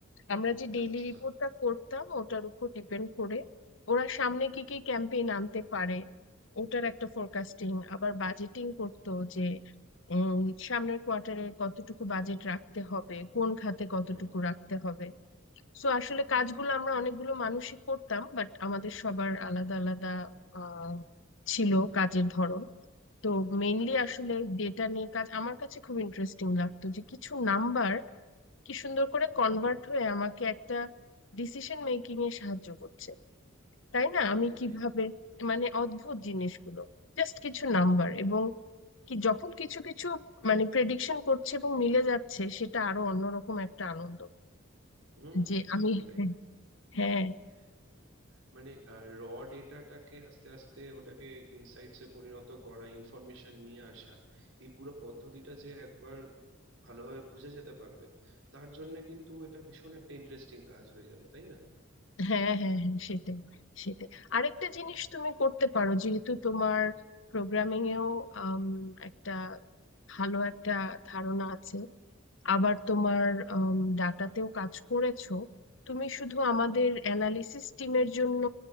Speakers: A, on the left; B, on the right.
A: আমরা যে ডেইলি
B: আচ্ছা
A: রিপোর্টটা করতাম ওটার উপর ডিপেন্ড করে ওরা সামনে কি কি ক্যাম্পেইন আনতে পারে ওটার একটা ফোরকাস্টিং আবার বাজেটিং করতো যে উম, সামনের কোয়ার্টারে কতটুকু বাজেট রাখতে হবে কোন খাতে কতটুকু
B: হুম
A: রাখতে হবে সো আসলে কাজগুলো আমরা অনেকগুলো মানুষই করতাম বাট আমাদের সবার আলাদা আলাদা আহ ছিল কাজের ধরন তো মেইনলি
B: আচ্ছা
A: আসলে ডেটা নিয়ে কাজ আমার কাছে খুব ইন্টারেস্টিং লাগতো যে কিছু নাম্বার কি সুন্দর করে কনভার্ট
B: হুম
A: হয়ে আমাকে একটা ডিসিশন মেকিং এ সাহায্য করছে তাই না
B: সত্যি
A: আমি কিভাবে
B: তাই সত্যি
A: মানে অদ্ভুত জিনিসগুলো জাস্ট কিছু নাম্বার
B: হুম
A: এবং কি যখন কিছু কিছু মানে প্রেডিকশন করছে এবং মিলে যাচ্ছে সেটা আরো অন্যরকম একটা আনন্দ
B: হুম
A: যে
B: সত্যি
A: আমি হ্যাঁ হ্যাঁ,
B: তাই মানে র ডেটাটাকে আস্তে আস্তে ওটাকে ইনসাইটসে পরিণত করা ইনফরমেশন নিয়ে আসা এই পুরো পদ্ধতিটা যে একবার ভালোভাবে বুঝে যেতে পারবে তার জন্য কিন্তু এটা ভীষণ একটা ইন্টারেস্টিং কাজ হয়ে যাবে তাই না
A: হ্যাঁ হ্যাঁ হ্যাঁ সেটাই সেটাই আরেকটা
B: হুম
A: জিনিস তুমি করতে পারো যেহেতু তোমার প্রোগ্রামিং এও আম, একটা ভালো একটা ধারণা আছে আবার তোমার ডাটাতেও কাজ করেছো তুমি শুধু আমাদের
B: হুম
A: অ্যানালিসিস টিমের জন্য